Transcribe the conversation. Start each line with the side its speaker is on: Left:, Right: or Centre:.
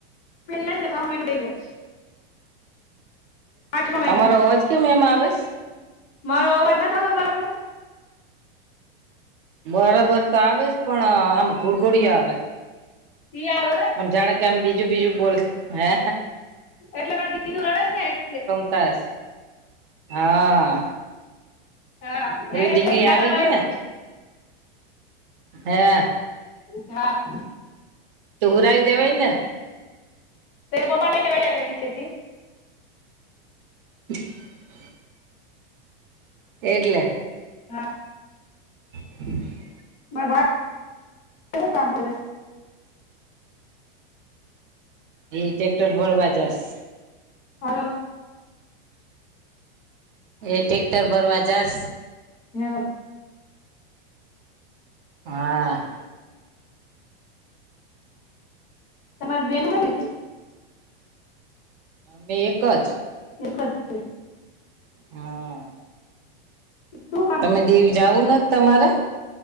Left: પેલી આથી ત્રણ મહીનો <unintelligible> આઠમા
Right: તમારો
Left: મહિનામાં
Right: અવાજ કેમ એમ આવેસ?
Left: મારો અવાજ નથ આવતો બરાબર
Right: બરાબર તો આવેસ પણ આમ ઘુડઘોડિયા આવે
Left: <inaudible>
Right: આમ જાણે કે આમ બીજું બીજું બોલ હે
Left: એટલે મારી દીધું લડેસ ને એટલે
Right: તાસ હા.
Left: હા <unintelligible>
Right: ઓલી ઢીંગલી
Left: એથી દાદા
Right: આવી ગઈ
Left: એવું
Right: ને હે.
Left: હા.
Right: હુરાઈ દેવાઈને?
Left: તે પોતાન લ <unintelligible> નીચેથી
Right: <inaudible> એટલે
Left: હા.
Right: <inaudible>
Left: મારા ભા કેવું કામ કરે
Right: એ ટ્રેક્ટર ભરવા જાસ
Left: હલો. !
Right: એ ટેક્ટર ભરવા જાસ.
Left: હું
Right: હા.
Left: તમારે બેનું કેટલી થી
Right: બે એક જ
Left: એક જ છે.
Right: હા.
Left: શું
Right: તમે દેવી જાવું ન તમારે